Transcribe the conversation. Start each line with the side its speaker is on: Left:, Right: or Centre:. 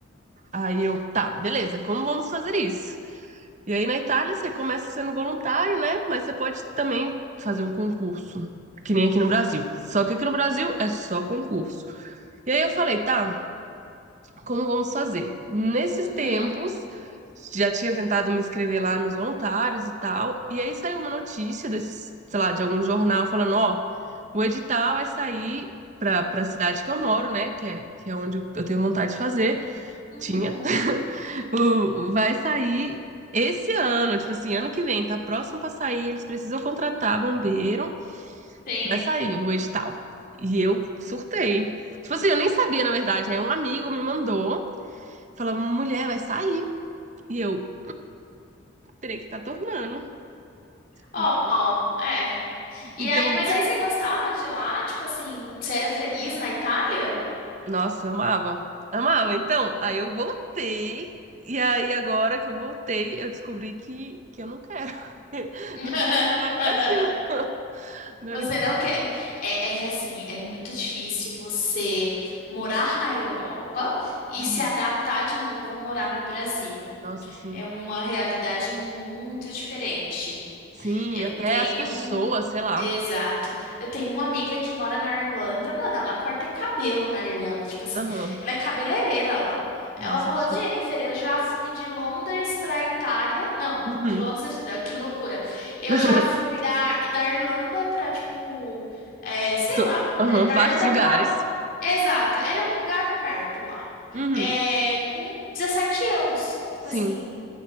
Right: Aí eu, tá, beleza, como vamos fazer isso? E aí na Itália você começa sendo voluntário, né? Mas você pode também fazer um concurso, que nem aqui no Brasil. Só que aqui no Brasil é só concurso. E aí eu falei, tá, como vamos fazer? Nesses
Left: Uhum,
Right: tempos, já tinha tentado me inscrever lá nos voluntários e tal, e aí saiu uma notícia desses, sei lá, de algum jornal falando, ó, o edital vai sair para para a cidade que eu moro, né, que é, que é onde eu tenho vontade de fazer,
Left: uhum,
Right: tinha, o, vai sair esse ano, tipo assim, ano que vem, tá próximo para sair, eles precisam contratar bombeiro,
Left: sim.
Right: vai sair o edital. E eu surtei. Tipo assim, eu nem sabia, na verdade, aí um amigo me mandou, Falava, mulher, vai sair. E eu, peraí que tá tornando.
Left: Ó,
Right: Então,
Left: ó, é. E
Right: então,
Left: aí, mas aí você gostava de lá? Tipo assim, você era feliz na Itália?
Right: nossa, amava. Amava. Então,
Left: Hum.
Right: aí eu voltei. E aí, agora que eu voltei, eu descobri que, que eu não quero. <laughs>
Left: <laughs>
Right: Não quero morar no Brasil. <laughs> Agora
Left: Você
Right: que...
Left: não
Right: eu-
Left: quer. É, é que assim, é muito difícil você morar na Europa e
Right: Uhum.
Left: se adaptar de novo a morar no Brasil.
Right: Nossa, sim.
Left: É uma realidade muito diferente.
Right: Sim,
Left: Eu
Right: até
Left: tenho.
Right: as pessoas,
Left: um-
Right: sei lá.
Left: Exato. Eu tenho uma amiga que mora na Irlanda. Mano, ela corta cabelo na Irlanda. Tipo assim,
Right: Aham.
Left: ela é cabeleireira lá.
Right: Nossa,
Left: Ela falou:
Right: que chique.
Left: Jennifer, eu já fui de Londres pra Itália. Não,
Right: Uhum.
Left: de Londres, que loucura. Eu
Right: <laughs>
Left: já fui da, da Irlanda pra, tipo, é, sei
Right: Tô-
Left: lá, da
Right: Aham.
Left: da
Right: Vários
Left: Irlanda
Right: lugares.
Left: pra. Exato, era um lugar perto lá.
Right: Uhum.
Left: É, com 17 euros. Tipo assim,
Right: Sim,